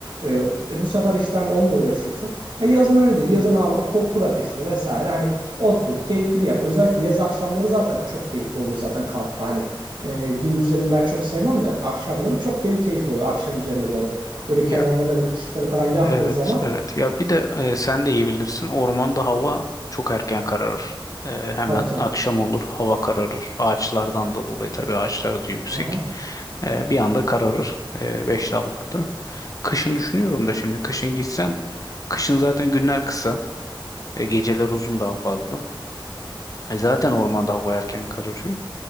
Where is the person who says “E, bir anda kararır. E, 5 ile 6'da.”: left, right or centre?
Left